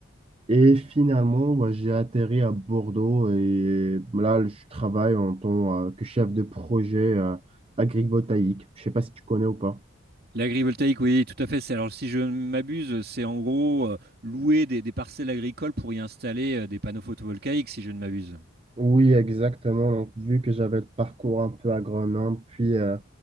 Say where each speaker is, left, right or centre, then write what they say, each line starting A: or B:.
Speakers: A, on the right; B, on the right.
A: Et finalement, bah, j'ai atterri à Bordeaux et là, je travaille en tant euh, que chef de projet euh, agrivoltaïque. Je sais pas si tu connais ou pas.
B: L'agrivoltaïque, oui, tout à fait. C'est- Alors, si je ne m'abuse, c'est en gros euh, louer des, des parcelles agricoles pour y installer euh, des panneaux photovoltaïques, si je ne m'abuse.
A: Oui, exactement. Donc, vu que j'avais le parcours un peu agronome, puis euh,